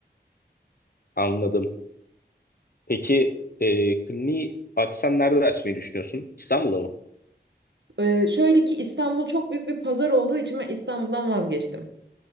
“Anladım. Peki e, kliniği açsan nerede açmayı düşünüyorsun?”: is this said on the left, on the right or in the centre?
Left